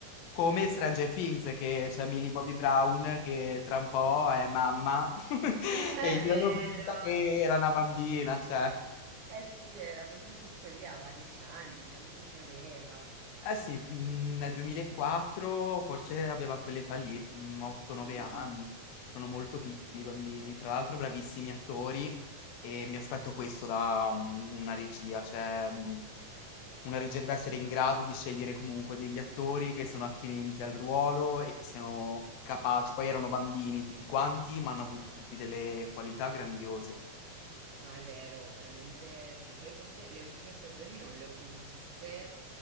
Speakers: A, on the left; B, on the right.
A: Come Stranger Things, che c'è Millie Bobby Brown, che tra un po' è mamma, <laughs>
B: <laughs> È
A: e io
B: vero.
A: l'ho vista che era una bambina, cioè.
B: Eh sì, era proprio piccolina, aveva dieci anni, quanti anni aveva?
A: Eh sì, mm, nel 2004 forse aveva quell'età lì, 8-9
B: Mm,
A: anni,
B: mm.
A: erano molto piccoli i bambini, tra l'altro bravissimi attori e mi aspetto questo da um, una regia, cioè mm, una regia deve essere in grado di scegliere comunque degli attori che sono attinenti al ruolo e che siano capaci, poi erano bambini tutti quanti, ma hanno avuto tutti delle qualità grandiose.
B: No, è vero, veramente sì. Poi forse le ultime stagioni non le ho più viste,